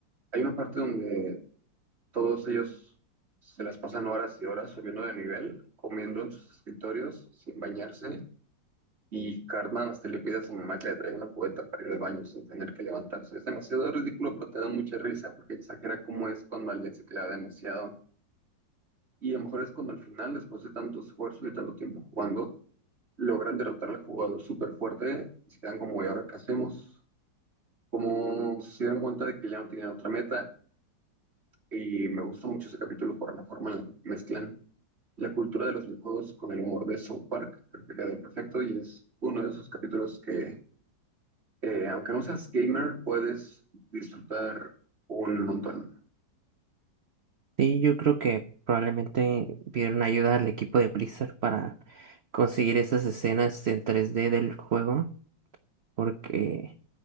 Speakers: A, on the right; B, on the right.
A: Hay una parte donde todos ellos se las pasan horas y horas subiendo de nivel, comiendo en sus escritorios sin bañarse Y Cartman hasta le pide a su mamá que le traiga una cubeta para ir al baño sin tener que levantarse. Es demasiado ridículo, pero te da mucha risa porque exagera cómo es cuando alguien se clava demasiado. Y a lo mejor es cuando al final, después de tanto esfuerzo y tanto tiempo jugando, logran derrotar al jugador súper fuerte y se quedan como, ¿y ahora qué hacemos? Como si se dieron cuenta de que ya no tenían otra meta. Y me gusta mucho ese capítulo por la forma en la que mezclan la cultura de los videojuegos con el humor de South Park. Creo que quedó perfecto y es uno de esos capítulos que Eh, aunque no seas gamer, puedes disfrutar un montón.
B: Sí, yo creo que probablemente pidieron ayuda al equipo de Blizzard para conseguir esas escenas en 3D del juego, porque